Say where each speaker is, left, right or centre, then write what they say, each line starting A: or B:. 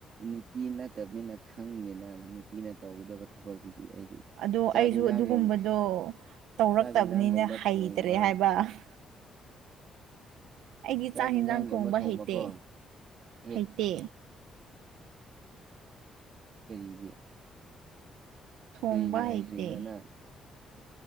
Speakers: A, on the right (about 55°); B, on the right (about 85°).
A: ꯅꯨꯄꯤ ꯅꯠꯇꯕꯅꯤꯅ ꯈꯪꯗꯦꯅ ꯅꯨꯄꯤꯅ ꯇꯧꯒꯗꯕ ꯊꯕꯛꯇꯨꯗꯤ ꯑꯩꯗꯤ꯫
B: ꯑꯗꯣ
A: ꯆꯥꯛ
B: ꯑꯩꯁꯨ
A: ꯌꯦꯟꯁꯥꯡꯒꯨꯝ
B: ꯑꯗꯨꯒꯨꯝꯕꯗꯣ ꯇꯧꯔꯛꯇꯕꯅꯤꯅ
A: ꯆꯥꯛ ꯌꯦꯟꯁꯥꯡꯒꯨꯝꯕ
B: ꯍꯩꯇ꯭ꯔꯦ
A: ꯊꯣꯡꯕ
B: ꯍꯥꯏꯕ꯫ <unintelligible> ꯑꯩꯒꯤ ꯆꯥꯛ
A: ꯌꯦꯟꯁꯥꯡꯒꯨꯝꯕ
B: ꯌꯦꯟꯁꯥꯡ ꯊꯣꯡꯕ
A: ꯊꯣꯡꯕꯀꯣ
B: ꯍꯩꯇꯦ
A: ꯑꯦ
B: ꯍꯩꯇꯦ꯫
A: ꯀꯔꯤꯒꯤ?
B: ꯊꯣꯡꯕ
A: ꯀꯔꯤꯒꯤ ꯍꯥꯏꯗ꯭ꯔꯤꯅꯣ
B: ꯍꯩꯇꯦ
A: ꯅꯪ?